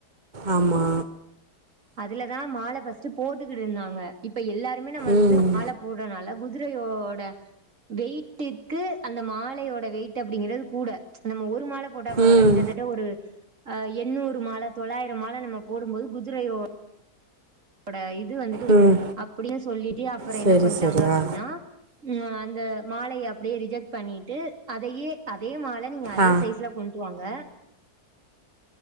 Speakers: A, on the right; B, on the right.
A: ஆமா
B: அதுலதா மால ஃபர்ஸ்ட்டு போட்டுக்கிட்டுருந்தாங்க இப்ப எல்லாருமே நம்ம வந்து
A: ம்
B: மால போட்றனால குதிரையோட வெய்ட்டுக்கு அந்த மாலயோட வெயிட் அப்டிங்கறது கூ நம்ம ஒரு மால போட்டா பரவால்ல
A: ம்
B: கிட்டத்தட்ட ஒரு அ எண்ணூறு மால தொள்ளாயிரோ மால நம்ம போடும்போது குதிரையோ ட இது வந்துட்டு
A: ம்
B: ஒரு அப்டின்னு சொல்லிட்டு அப்றோ
A: சரி
B: என்ன பண்ட்டாங்க
A: சரி
B: அப்டின்னா
A: ஆ
B: உ அந்த மாலய அப்டியே ரிஜெக்ட் பண்ணிட்டு அதயே அதே மால நீங்க அதே
A: ஆ
B: சைஸ்ல கொஞ்சுவாங்க